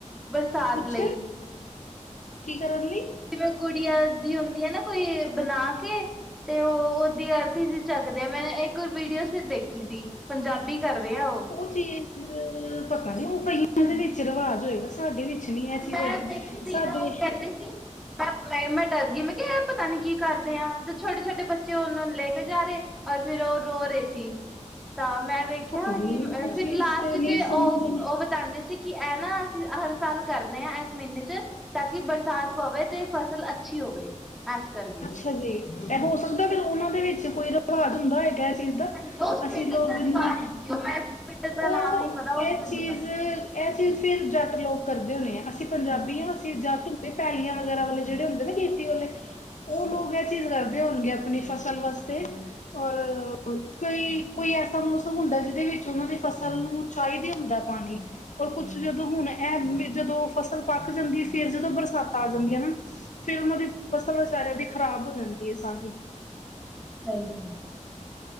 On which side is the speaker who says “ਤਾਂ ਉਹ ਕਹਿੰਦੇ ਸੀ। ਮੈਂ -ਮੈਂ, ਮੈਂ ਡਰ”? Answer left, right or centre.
Centre